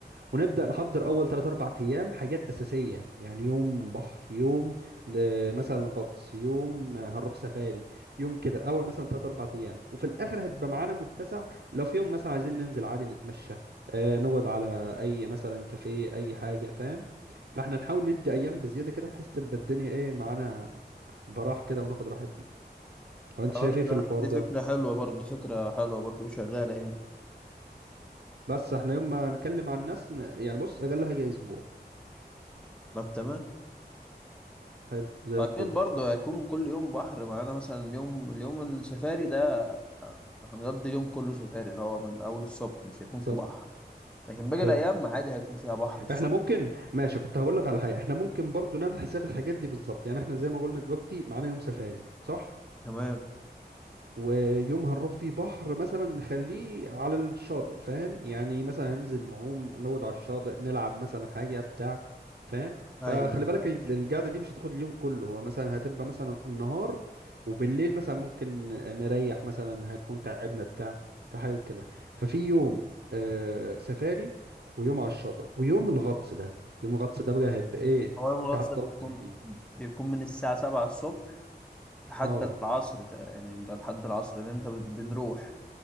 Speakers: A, on the right; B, in the centre.
A: ونبدأ نحضر أول 3 4 أيام حاجات أساسية يعني يوم بحر يوم آه، مثلا غطس يوم آه، هنروح سفاري يوم كده أول مثلا 3 4 أيام وفي الآخر هيبقى معانا متسع لو في يوم مثلا عايزين ننزل عادي نتمشى آه، نقعد على أي مثلا كافيه أي حاجة فاهم فاحنا نحاول ندي أيام بزيادة كده بحيث تبقى الدنيا إيه معانا براح كده وناخد راحتنا وانت
B: خلاص
A: شايف ايه في
B: ده-
A: الحوار
B: دي
A: ده
B: فكره حلوه برضو دي فكره حلوه برضو وشغاله يعني
A: بس احنا يوم ما نكلم عن الناس ن- يعني بص اقل حاجه اسبوع
B: طب تمام
A: حلو زي
B: اكيد
A: الفل
B: برضو هيكون كل يوم بحر معانا مثلا اليوم اليوم السفاري ده آه، هنقضي اليوم كله سفاري اللي هو من اول الصبح مش هيكون في
A: طب
B: بحر لكن باقي
A: حلو
B: الايام عادي هيكون فيها بحر الصبح
A: احنا ممكن ماشي كنت هقول لك على حاجه احنا ممكن برضو نعمل حساب الحاجات دي بالظبط يعني احنا زي ما قلنا دلوقتي معانا يوم سفاري صح
B: تمام
A: ويوم هنروح فيه بحر مثلا نخليه على الشاطئ فاهم يعني مثلا هننزل نعوم نود على الشاطئ نلعب مثلا حاجة بتاع فاهم فخلي
B: ايوه
A: بالك ال- القعدة دي مش هتاخد اليوم كله هو مثلا هتبقى مثلا النهار وبالليل مثلا ممكن نريح مثلا هنكون تعبنا بتاع في حاجة كده ففي يوم آه سفاري ويوم على الشاطئ ويوم الغطس ده يوم الغطس ده بقى هيبقى ايه
B: هو يوم الغطس
A: دي هتطول
B: ده بيكون
A: دي
B: بيكون من الساعه 7 الصبح لحد
A: اه
B: العصر ده يعني ده لحد العصر اللي انت بت- بنروح